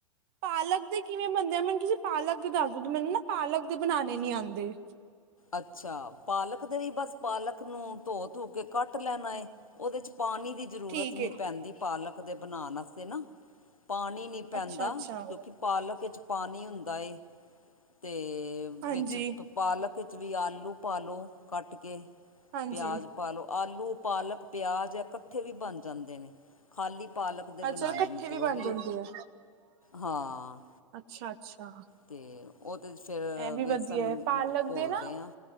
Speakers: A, on the right (about 50°); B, on the left (about 85°).
A: ਪਾਲਕ ਦੇ ਕਿਵੇਂ ਬਣਦੇ ਆ ਮੈਨੂੰ ਤੁਸੀਂ ਪਾਲਕ ਦੇ ਦੱਸ ਦਓ ਮੈਨੂੰ ਨਾ ਪਾਲਕ ਦੇ ਬਣਾਣੇ ਨੀ ਆਉਂਦੇ।
B: ਅੱਛਾ ਪਾਲਕ ਦੇ ਲਈ ਬਸ ਪਾਲਕ ਨੂੰ ਧੋ ਧੁ ਕੇ ਕੱਟ ਲੈਣਾ ਏ ਉਹਦੇ ਚ ਪਾਣੀ ਦੀ ਜ਼ਰੂਰਤ
A: ਠੀਕ ਏ।
B: ਨੀ ਪੈਂਦੀ ਪਾਲਕ ਕਦੇ ਬਣਾਣਾ ਅਤੇ ਨਾ ਪਾਣੀ ਨਹੀਂ ਪੈਂਦਾ
A: ਅੱਛਾ-ਅੱਛਾ,
B: ਕਿਉਂਕਿ ਪਾਲਕ ਵਿੱਚ ਪਾਣੀ ਹੁੰਦਾ ਏ ਤੇ
A: ਹਾਂਜੀ।
B: ਵਿੱਚ ਪਾਲਕ ਖ <inaudible> ਵੀ ਆਲੂ ਪਾ ਲਓ ਕੱਟ ਕੇ
A: ਹਾਂਜੀ,
B: ਪਿਆਜ਼ ਪਾ ਲਓ ਆਲੂ ਪਾਲਕ ਪਿਆਜ਼ ਹੈ ਉੱਥੇ ਵੀ ਬਣ ਜਾਂਦੇ ਨੇ ਖਾਲੀ ਪਾਲਕ ਦੇ ਬਣਾਉਣੇ
A: ਅੱਛਾ ਕੱਠੇ
B: ਨੇ ਤੇ ਉਹ
A: ਬਣ
B: ਵੀ
A: ਜਾਂਦੇ ਆ
B: ਹਾਂ
A: ਅੱਛਾ-ਅੱਛਾ।
B: ਤੇ ਉਹ ਤਾਂ ਫਿਰ
A: ਇਹ ਵੀ
B: ਵੇਸਨ
A: ਵਧੀਆ ਹੈ ਪਾਲਕ
B: ਘੋਲਦੇ
A: ਦੇ ਨਾ
B: ਹਾਂ